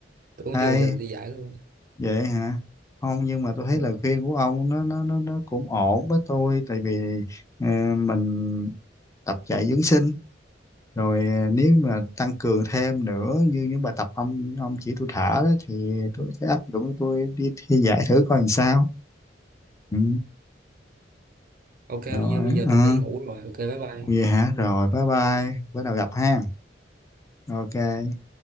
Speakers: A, on the right; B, on the left.
A: Tưởng
B: hay
A: chưa giờ đi giải luôn.
B: vậy hả không nhưng mà tôi thấy
A: Ừ.
B: lời khuyên của ông nó nó nó nó cũng ổn với tôi tại vì ờ, mình tập chạy dưỡng sinh rồi ờ, nếu mà tăng cường thêm nữa như những bài tập ông ông chỉ tôi thả đó thì tôi sẽ áp dụng tôi đi thi giải thử coi làm sao ừ.
A: Ok
B: rồi
A: nha, bây giờ
B: ờ,
A: tôi phải đi ngủ rồi. Ok, bye bye.
B: vậy hả rồi bye bye bữa nào gặp ha ok